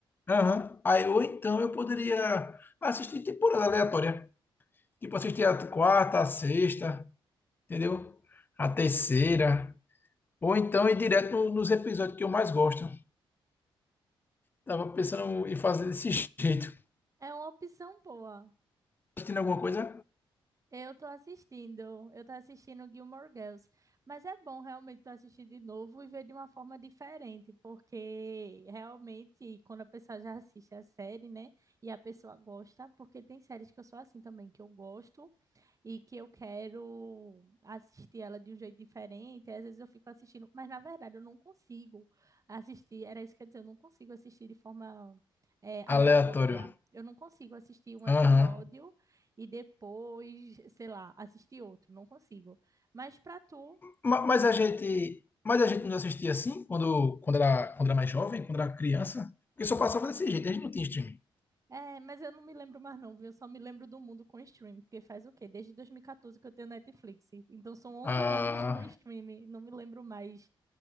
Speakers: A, on the left (about 20°); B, on the right (about 35°).
A: Aham. Aí, ou então eu poderia assistir temporada aleatória. Tipo, assistir a quarta, a sexta, entendeu? A terceira. Ou então ir direto no- nos episódios que eu mais gosto. Tava pensando em fazer desse <laughs> jeito.
B: É uma opção boa.
A: Assistindo alguma coisa
B: Eu tô assistindo, eu tô assistindo Gilmore Girls, mas é bom realmente tu assistir de novo e ver de uma forma diferente, porque realmente quando a pessoa já assiste a série, né, e a pessoa gosta, porque tem séries que eu sou assim também, que eu gosto, e que eu quero assistir ela de um jeito diferente. aí Às vezes eu fico assistindo, mas na verdade eu não consigo assistir. Era isso que eu ia dizer, eu não consigo assistir de forma eh, aleatória.
A: aleatório.
B: Eu não consigo assistir um episódio
A: Aham.
B: e depois, sei lá, assistir outro. Não consigo. Mas para tu
A: Ma- Mas a gente, mas a gente não assistia assim quando, quando era, quando era mais jovem, quando era criança. Porque só passava desse jeito, a gente não tinha streaming.
B: É, mas eu não me lembro mais não, viu? Eu só me lembro do mundo com Stream porque faz o quê? Desde 2014 que eu tenho Netflix. Então são 11
A: Ah.
B: anos com streaming, não me lembro mais